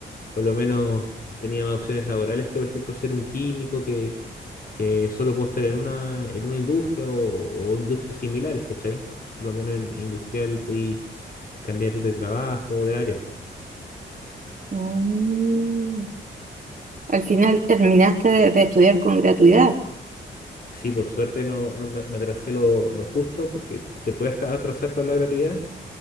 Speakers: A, on the left; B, on the right.
A: Por lo menos tenía más opciones laborales que, por ejemplo, ser un químico que, que solo puedo estar en una, en una industria o, o industrias similares, ¿cachai? Eh, Por lo menos en industrial podí cambiar de trabajo, o de área.
B: Mm, al final terminaste de, de estudiar con gratuidad.
A: Sí, por suerte no, no me, me atrasé lo, lo justo porque te puedes hasta atrasar con la gratuidad